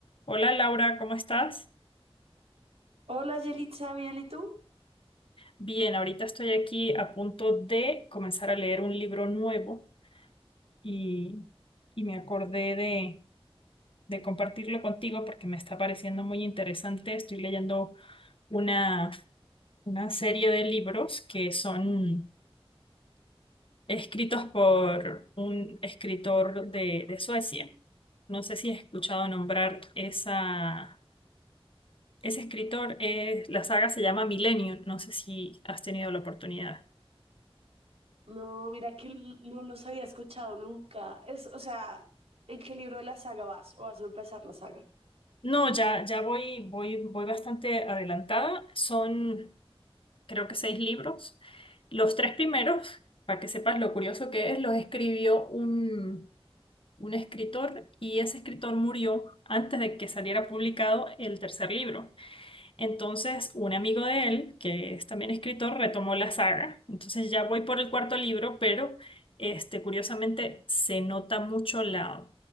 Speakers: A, on the left; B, on the right.
A: Hola Laura, ¿cómo estás?
B: Hola, Yelitza, ¿bien y tú?
A: Bien, ahorita estoy aquí a punto de comenzar a leer un libro nuevo y, y me acordé de, de compartirlo contigo porque me está pareciendo muy interesante. Estoy leyendo una, una serie de libros que son escritos por un escritor de, de Suecia. No sé si has escuchado nombrar esa, ese escritor. eh, la saga se llama Millennium. No sé si has tenido la oportunidad.
B: No, mira que l- no los había escuchado nunca. Es, o sea, ¿en qué libro de la saga vas? ¿O vas a empezar la saga?
A: No, ya, ya voy, voy, voy bastante adelantada. Son, creo que seis libros. Los tres primeros, para que sepas lo curioso que es, los escribió un, un escritor y ese escritor murió antes de que saliera publicado el tercer libro. Entonces, un amigo de él, que es también escritor, retomó la saga. Entonces, ya voy por el cuarto libro, pero este, curiosamente se nota mucho la,